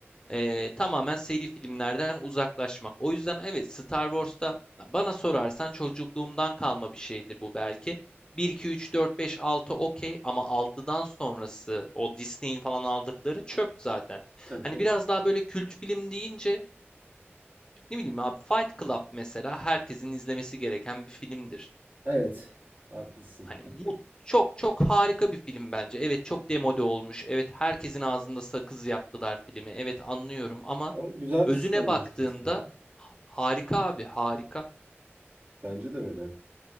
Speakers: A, on the left; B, on the right.
A: Ee, tamamen seri filmlerden uzaklaşmak. O yüzden evet Star Wars'ta bana sorarsan çocukluğumdan kalma bir şeydir bu belki. Bir, 2, 3, 4, 5, 6, okey ama altıdan sonrası o Disney'in falan aldıkları çöp zaten.
B: Tabii
A: Hani
B: tabii.
A: biraz daha böyle kült film deyince ne bileyim abi Fight Club mesela herkesin izlemesi gereken bir filmdir.
B: Evet. Haklısın.
A: Hani mut çok çok harika bir film bence. Evet çok demode olmuş. Evet herkesin ağzında sakız yaptılar filmi. Evet anlıyorum ama
B: Ama güzel
A: özüne
B: bir sistem
A: baktığında
B: eleştirisi ya.
A: ha- harika abi harika.
B: Bence de öyle.